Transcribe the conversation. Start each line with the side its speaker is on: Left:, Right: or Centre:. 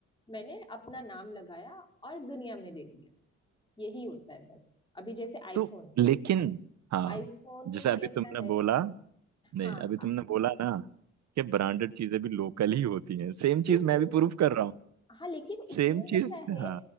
Left: मैंने अपना नाम लगाया और दुनिया में दे दिया यही होता है बस अभी जैसे आईफोन
Right: तो
Left: है
Right: लेकिन हाँ
Left: आईफोन
Right: जैसे अभी
Left: कैसा
Right: तुमने
Left: है
Right: बोला नहीं
Left: हाँ
Right: अभी तुमने बोला ना कि ब्रांडेड चीजें भी लोकल ही होती हैं सेम चीज
Left: लोकल
Right: मैं
Left: ही
Right: भी
Left: होती
Right: प्रूफ कर रहा हूँ
Left: है हाँ लेकिन उसमें
Right: सेम चीज
Left: कैसा है
Right: हाँ